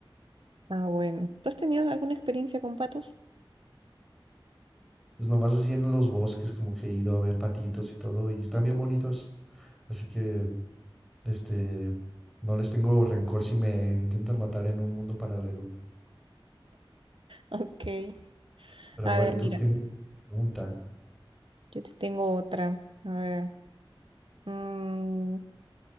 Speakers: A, on the right (about 70°); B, in the centre.
A: Ah, bueno. ¿Tú has tenido alguna experiencia con patos?
B: Pues nomás así en los bosques, como que he ido a ver patitos y todo, y están bien bonitos. Así que, este, no les tengo rencor si me intentan matar en un mundo paralelo.
A: <laughs> Ok.
B: Pero
A: A
B: a ver,
A: ver,
B: tú
A: mira,
B: tienes pregunta.
A: yo te tengo otra. A ver. mm,